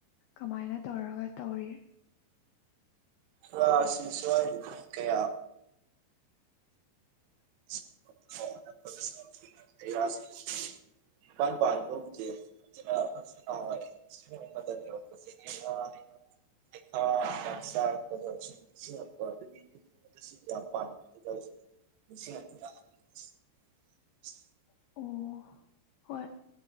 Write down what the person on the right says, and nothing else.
<unintelligible> ꯐ ꯑꯁꯤꯅ ꯁꯋꯥꯅ ꯀꯌꯥ <unintelligible> <unintelligible> <inaudible>